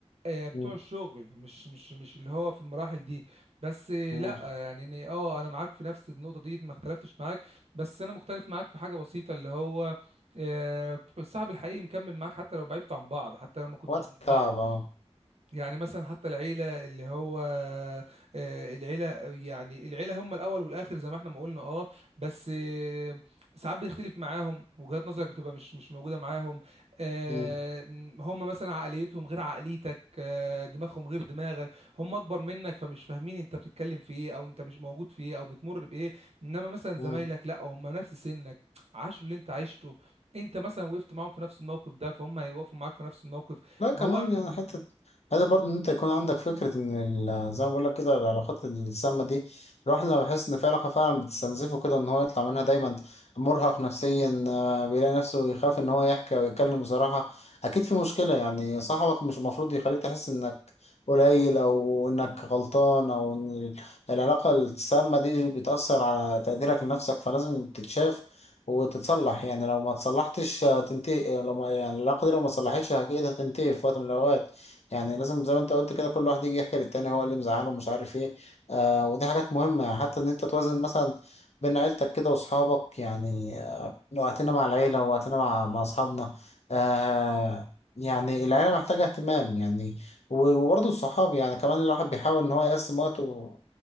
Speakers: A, on the right; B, on the left.
A: آه، بتوع
B: مم.
A: الشغل مش مش مش اللي هو في المراحل دي بس آه،
B: مم.
A: لا آه، يعني إن- اه انا معاك في نفس النقطه دي ما اختلفتش معاك بس انا مختلف معاك في حاجه بسيطه اللي هو آه، الصاحب الحقيقي مكمل معاك حتى لو بعدتوا عن بعض حتى لو ما كنتوش
B: وقت
A: جنب
B: التعب
A: بعض
B: أه
A: يعني مثلا حتى العيلة اللي هو آه، العيلة يعني العيلة هم الأول والآخر زي ما احنا ما قلنا اه بس آه، ساعات بيختلف معاهم وجهات نظرك بتبقى مش مش موجودة معاهم آه،
B: مم.
A: هم مثلا عقليتهم غير عقليتك آه، دماغهم غير دماغك هم أكبر منك فمش فاهمين أنت بتتكلم في إيه أو أنت مش موجود في إيه أو بتمر بإيه إنما مثلا زمايلك
B: مم.
A: لأ هم نفس سنك عاشوا اللي أنت عشته أنت مثلا وقفت معاهم في نفس الموقف ده فهم هيوقفوا معاك في نفس الموقف
B: لا
A: فهو
B: كمان يعني حتة هذا برضو ان انت يكون عندك فكرة ان ال- زي ما بقول لك كده العلاقات السامة دي الواحد لما بيحس ان في علاقة فعلا بتستنزفه كده ان هو يطلع منها دايما مرهق نفسيا آه، بيلاقي نفسه يخاف ان هو يحكي او يتكلم بصراحة اكيد في مشكلة يعني صاحبك مش المفروض يخليك تحس انك قليل او انك غلطان او ان ال- العلاقة السامة دي بتأثر على تقديرك لنفسك فلازم تتشاف وتتصلح يعني لو ما تصلحتش هتنتهي لو ما يعني العلاقة دي لو ما تصلحتش أكيد هتنتهي في وقت من الأوقات يعني لازم زي ما أنت قلت كده كل واحد يجي يحكي للتاني هو اللي مزعله ومش عارف إيه آه ودي حاجات مهمة يعني حتى إن أنت توازن مثلا بين عيلتك كده وأصحابك يعني آه وقتنا مع العيلة ووقتنا مع مع أصحابنا آه يعني العيلة محتاجة اهتمام يعني و- وبرضه الصحاب يعني كمان الواحد بيحاول إن هو يقسم وقته